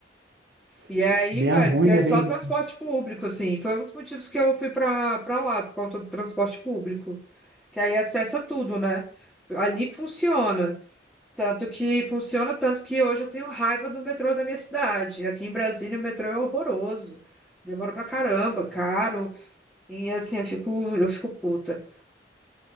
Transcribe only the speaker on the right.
<laughs>
Bem
a ruim,
né?
Bem